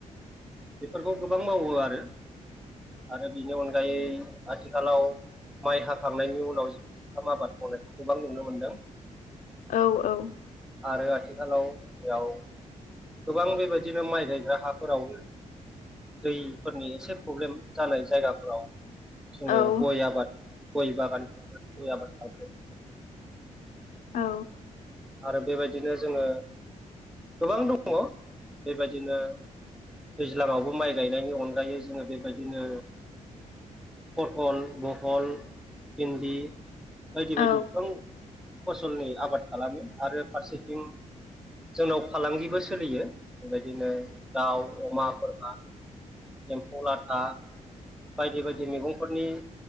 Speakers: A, in the centre; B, on the left (about 85°).
A: बेफोरखौ गोबां मावो आरो आरो बेनि अनगायै आथिखालाव माइ हाखांनायनि उनाव जों जुखाम आबाद मावनायखौ गोबां नुनो मोनदों।
B: औ औ
A: आरो आथिखालाव जोंनियाव गोबां बेबायदिनो माइ गायग्रा हाफोरावनो दैफोरनि एसे प्रब्लेम जानाय जायगाफोराव जोङो
B: औ
A: गय आबाद गय बागाननि गय आबाद खालामाय
B: औ
A: आरो बेबायदिनो जोङो गोबां दङ बेबायदिनो दैज्लाङावबो माइ गायनायनि अनगायै जोङो बेबायदिनो फटल बहल भिनदि बायदि
B: औ
A: बायदि गोबां फसलनि आबाद खालामो आरो फारसेथिं जोंनाव फालांगिबो सोलियो बेबायदिनो दाउ अमा बोरमा एम्फौ लाथा बायदि बायदि मैगंफोरनि